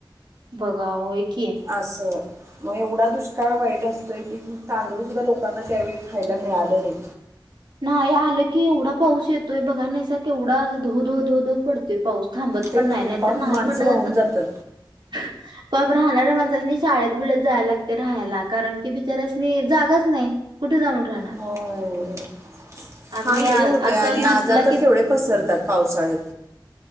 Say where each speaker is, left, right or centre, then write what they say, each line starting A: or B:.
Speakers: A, on the right; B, on the right.
A: बघा ओं होय की.
B: आसं- मग एवढा दुष्काळ वाईट असतोयं की तांदूळ सुद्धा लोकांना त्यावेळी खायला मिळालं नाही.
A: नाही आलं की एवढा पाऊस येतोय बघाय नाहीसा केवढा धो- धो -धो -धो पड- ते पाऊस थांबत
B: तेच
A: पण नाय,
B: की
A: नाही
B: पाक
A: तर नाही
B: माणसं
A: म्हणलं
B: वाहून
A: तर
B: जातात
A: <unintelligible> पाप राहणाऱ्या माणसांनी शाळेत बिळेत जायला लागतंय राहायला कारणंकी बिचाऱ्यासंनी जागाच नाही. कुठे जाऊन? राहणार?
B: होय-
A: आणि
B: हां लयी होतयं
A: असं
B: आणि
A: नसला
B: आजार तर केवढे पसरतात पावसाळ्यात.